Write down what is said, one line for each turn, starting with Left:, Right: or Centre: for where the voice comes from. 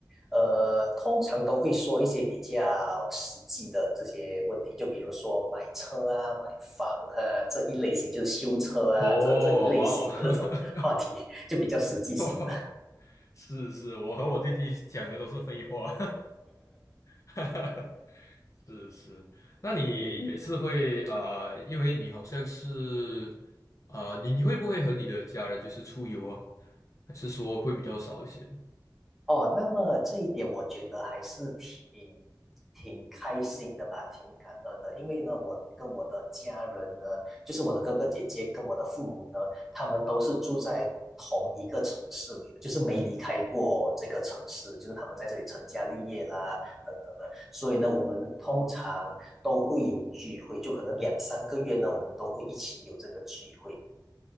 Centre: 呃，通常都会说一些比较实际的这些问题，就比如说买车啊、买房啊这一类型，就是修车啊这这一类型的这种话题，
Left: 哦，哇哦，<laughs>
Centre: 就比较实际性的。
Left: <laughs> 是是，我和我弟弟讲的都是废话。<laughs> 是是，那你也是会呃，因为你好像是呃，你你会不会和你的家人就是出游啊？还是说会比较少一些
Centre: 哦，那么这一点我觉得还是挺挺开心的吧，挺感恩的。因为呢，我跟我的家人呢，就是我的哥哥姐姐跟我的父母呢，他们都是住在同一个城市里的，就是没离开过这个城市，就是他们在这里成家立业啦，等等的。所以呢，我们通常都会有聚会，就可能两三个月呢，我们都会一起有这个聚会。